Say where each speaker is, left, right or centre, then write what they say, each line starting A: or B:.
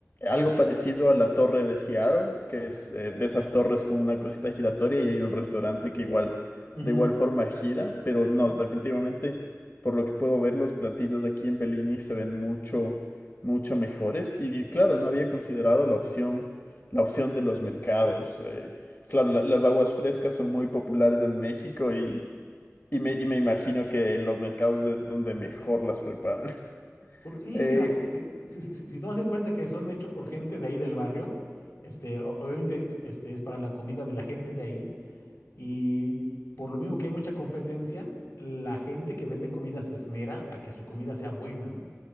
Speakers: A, on the left (about 50°); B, on the left (about 85°).
A: algo parecido a la torre de Seattle, que es eh, de esas torres con una cosita giratoria y hay un restaurante que igual,
B: Ujú.
A: de igual forma gira, pero no,
B: Ujú.
A: definitivamente, por lo que puedo ver, los platillos de aquí en Bellini se ven mucho, mucho mejores. Y claro, no había considerado la opción, la opción de los mercados. eh, Claro, la- las aguas frescas son muy populares en México y y me, y me imagino que en los mercados de donde mejor las preparan. <laughs>
B: Por- Sí,
A: Eh,
B: mira, porque si, si, si- si tomas en cuenta que son hechos por gente de ahí del barrio, este, o- obviamente este, es para la comida de la gente de ahí y por lo mismo que hay mucha competencia, la gente que vende comida se esmera a que su comida sea buena, ¿no?